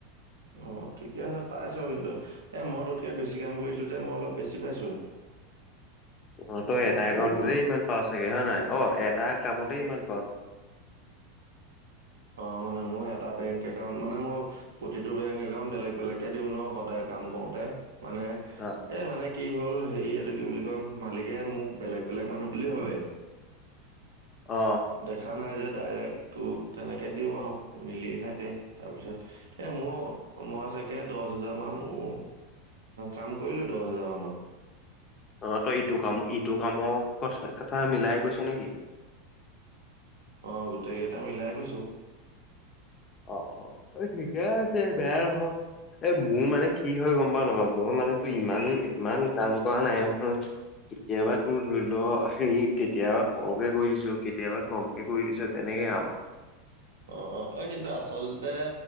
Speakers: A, on the right; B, on the left.
A: অ ঠিকে আছে পাইছ কিন্তু এ মই টোতকে বেছি কাম কৰিছো যে মই অলপ বেছি পাইছো
B: অ তই
A: মই
B: এটা একাউণ্টতে
A: তোৰ
B: ইমান পা চাগে হয় নাই অ এটা কামতে ইমান অ
A: অ মানে মোৰ এটা বেংক একাউণ্ট মানে মই প্ৰতিটো বেংক একাউণ্ট বেলেগ বেলেগকে দিও ন সদায় কাম কওঁতে মানে
B: অ
A: এ মানে কি হ'ল হেৰি এইটো কি বুলি কয় মালিকে মোক বেলেগ বেলেগ মানুহ বুলি ভাবে
B: অ
A: দেখা নাই যে ডাইৰেক্ট তো তেনেকে দিও আৰু মিলি থাকে তাৰপিছত এ মোৰ মই চাগে দহ হাজাৰ মান উ কাম কৰিলো দহ হাজাৰ মানৰ
B: অ তই ইটো কাম ইটো কামৰ ক কথা মিলাই কৈছ নেকি
A: অ গোটেইকেইটা মিলাই কৈছো।
B: অ অ এই ঠিকে আছে বেয়া নহয় এই মোৰ মানে কি হয় গম পাঅ নাপাঅ মই মানে তো ইমান ইমান কাম কৰা নাই নহয় কেতিয়াবা তোৰ ধৰি লও হেৰি কেতিয়াবা সৰহকে কৰি দিছো কেতিয়াবা কমকে কৰি দিছো তেনেকে হে আও
A: অ অ এ কিন্তু আচলতে